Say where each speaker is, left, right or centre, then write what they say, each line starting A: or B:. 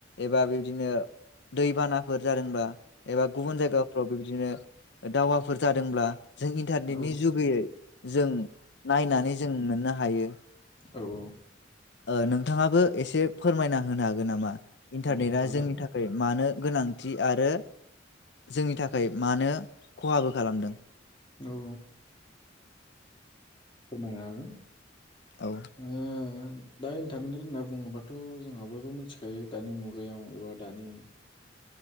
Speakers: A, on the left; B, on the left.
A: एबा बेबदिनो दैबानाफोर जादोंब्ला एबा गुबुन जायगाफ्राव बेबदिनो दावहाफोर जादोंब्ला जों इन्टारनेटनि
B: औ
A: जुगैयै जों नायनानै जों मोननो हायो
B: औ औ
A: ओ नोंथाङाबो एसे फोरमायना होनो हागोन नामा इन्टारनेटआ
B: औ हागोन
A: जोंनि थाखाय मानो गोनांथि आरो जोंनि थाखाय मानो खहाबो खालामदों
B: औ फोरमायनो हागोन
A: औ
B: ओ दा इन्टारनेट होनना बुङोबाथ' जोंहा बयबो मिथिखायो दानि मुगायाव एबा दानि